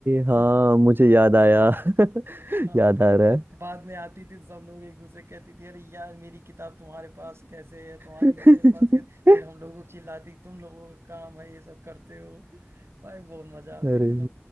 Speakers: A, on the right; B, on the right.
A: हाँ
B: <laughs>
A: मुझे याद आया <laughs>
B: हाँ
A: याद आ रहा
B: बाद में आती थी तो सब लोग एक दूसरे कहती थी अरे यार मेरी किताब तुम्हारे पास कैसे है तुम्हारी
A: है
B: मेरे पास कैसे फिर
A: <laughs>
B: हम लोगों को चिल्लाती तुम लोगों का काम है ये सब करते हो भाई बहुत मजा आती
A: अरे
B: थी तो